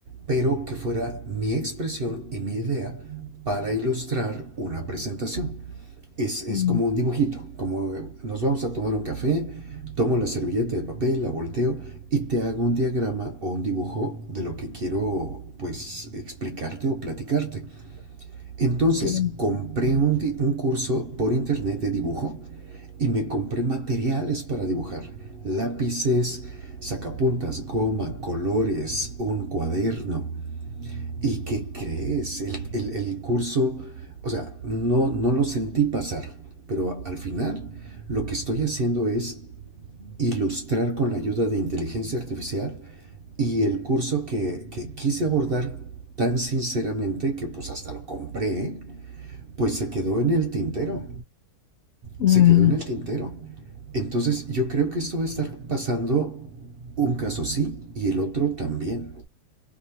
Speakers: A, on the right (about 50°); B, on the left (about 60°).
A: pero que fuera mi expresión y mi idea para ilustrar una presentación es, es,
B: Mm,
A: como un dibujito, como nos vamos a tomar un café, tomo la servilleta de papel, la volteo y te hago un diagrama o un dibujo de lo que quiero pues explicarte o platicarte. Entonces
B: Claro,
A: compré un, un curso por internet de dibujo y me compré materiales para dibujar, lápices, sacapuntas, goma, colores, un cuaderno, ¿Y qué crees? El, el- el curso, o sea, no, no lo sentí pasar, pero al final lo que estoy haciendo es ilustrar con la ayuda de inteligencia artificial y el curso que, que quise abordar tan sinceramente que pues hasta lo compré, pues se quedó en el tintero,
B: Mm,
A: se quedó en el tintero. Entonces yo creo que esto va a estar pasando un caso sí y el otro también.